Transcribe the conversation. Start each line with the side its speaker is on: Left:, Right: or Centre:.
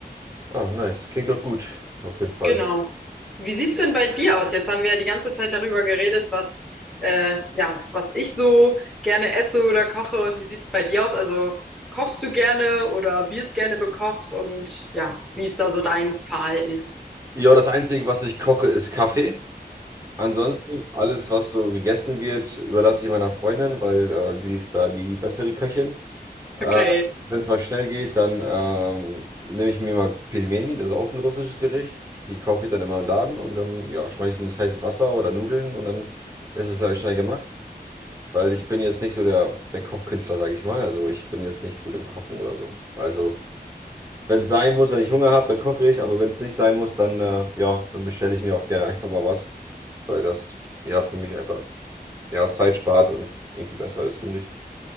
Right: Ah, nice. Klingt doch gut, auf jeden Fall.
Centre: Genau. Wie sieht's denn bei dir aus? Jetzt haben wir ja die ganze Zeit darüber geredet, was äh, ja, was ich so gerne esse oder koche und wie sieht's bei dir aus? Also kochst du gerne oder wirst gerne bekocht und ja, wie ist da so dein Verhalten?
Right: Ja, das Einzige, was ich koche, ist Kaffee. Ansonsten, alles, was so gegessen wird, überlasse ich meiner Freundin, weil äh, sie ist da die bessere Köchin. Äh,
Centre: Okay.
Right: wenn es mal schnell geht, dann ähm, nehme ich mir mal Pilmeni, das ist auch so ein russisches Gericht. Die kaufe ich dann immer im Laden und dann ja, schmeiße ich ins heiße Wasser oder Nudeln und dann ist es halt schnell gemacht. Weil ich bin jetzt nicht so der, der Kochkünstler, sage ich mal. Also ich bin jetzt nicht gut im Kochen oder so. Also wenn es sein muss, wenn ich Hunger habe, dann koche ich, aber wenn es nicht sein muss, dann, äh, ja, dann bestelle ich mir auch gerne einfach mal was, weil das ja für mich einfach ja, Zeit spart und irgendwie besser ist, finde ich.